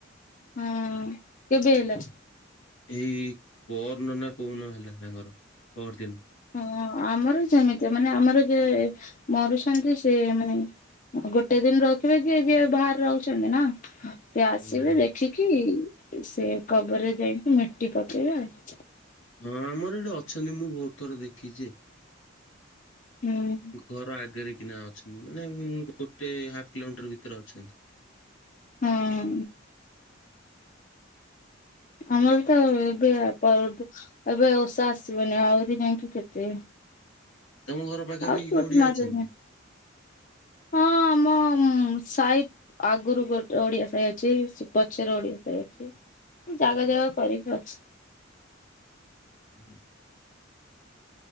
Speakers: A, on the left (about 40°); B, on the left (about 80°).
A: ହୁଁ କେବେ ହେଲା
B: ଏଇ ପରଦିନ ନା କୋଉଦିନ ହେଲା ତାଙ୍କର ପରଦିନ।
A: ହଁ ଆମର ସେମିତିଆ। ମାନେ ଆମର ଯିଏ ମରୁଛନ୍ତି ସେ ମାନେ ଗୋଟେ ଦିନ ରଖିବେ ଯିଏ ଯିଏ ବାହାରେ ରହୁଛନ୍ତି ନା। ସେ ଆସିବେ
B: ହଁ ହଁ।
A: ଦେଖିକି ସେ କବରରେ ଯାଇକି ମିଟି ପକେଇବେ ଆଉ।
B: ହଁ ଆମର ଏଇଠି ଅଛନ୍ତି ମୁଁ ବହୁତ ଥର ଦେଖିଛି।
A: ହୁଁ।
B: ଘର ଆଗେରେ କିନା ଅଛ ନ୍ତି ମାନେ ଗୋଟେ ହାଫ୍ କିଲୋମିଟର ଭିତେରେ ଅଛନ୍ତି।
A: ହଁ। ଆମର ତ ଏବେ ଆ ପର୍ବ ଏବେ ଓଷା ଆସିବନି ଆହୁରି ଯାଇକି କେତେ
B: ତମ ଘର ପାଖାପାଖି
A: ଆହୁରି ଗୋଟେ
B: କଣ ଓଡିଆ
A: ମାସ
B: ଅଛନ୍ତି?
A: ହଁ ଆମ ହଁ ମଁ ସାହି ଆଗୁରୁ ଗୋଟେ ଓଡିଆ ସାହି ଅଛି। ସେ ପଛେରେ ଓଡିଆ ସାହି ଅଛି। ଉଁ ଜାଗା ଜାଗା କରିକି ଅଛି।
B: ଉହୁଁ।